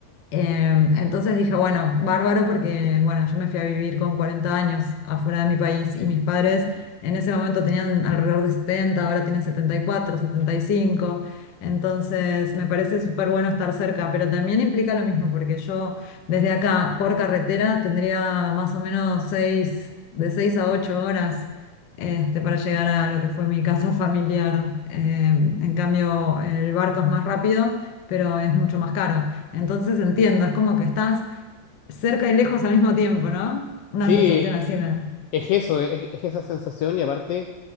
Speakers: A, on the left (about 70°); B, on the left (about 85°).
A: Em, entonces dije, bueno, bárbaro porque, bueno, yo me fui a vivir con 40 años afuera de mi país y mis padres en ese momento tenían alrededor de setenta ahora tienen setenta setenta y cuatro setenta y cinco Entonces me parece súper bueno estar cerca, pero también implica lo mismo porque yo desde acá por carretera tendría más o menos seis de seis a ocho horas este, para llegar a lo que fue mi casa familiar. Em, en cambio, el barco es más rápido, pero es mucho más caro. Entonces entiendo, es como que estás cerca y lejos al mismo tiempo, ¿no? Una
B: sí,
A: sensación así me da.
B: Es eso, es, es esa sensación y aparte